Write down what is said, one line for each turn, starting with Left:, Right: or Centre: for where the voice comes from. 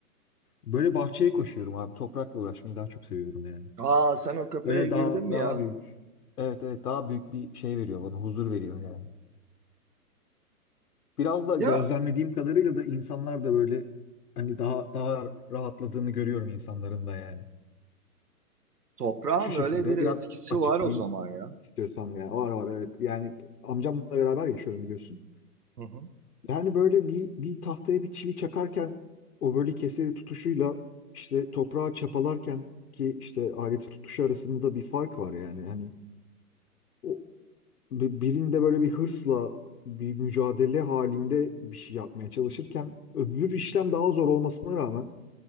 Left: Böyle bahçeye koşuyorum abi. Toprakla uğraşmayı daha çok seviyorum yani.
Right: Aa sen o kafaya
Left: Böyle
Right: girdin
Left: daha
Right: mi
Left: daha
Right: ya?
Left: büyük. Evet evet daha büyük bir şey veriyor bana. Huzur veriyor yani. Biraz da
Right: Ya
Left: gözlemlediğim kadarıyla da insanlar da böyle hani daha daha rahatladığını görüyorum insanların da yani.
Right: toprağın
Left: Şu şekilde
Right: öyle bir etkisi
Left: biraz açıklayayım
Right: var o zaman ya.
Left: istiyorsan ya. Var var evet. Yani amcamla beraber yaşıyorum biliyorsun.
Right: Hı hı.
Left: Yani böyle bir, bir tahtaya bir çivi çakarken o böyle keseri tutuşuyla işte toprağa çapalarken ki işte aleti tutuşu arasında bir fark var yani. yani o bi- birinde böyle bir hırsla bir mücadele halinde bir şey yapmaya çalışırken öbür işlem daha zor olmasına rağmen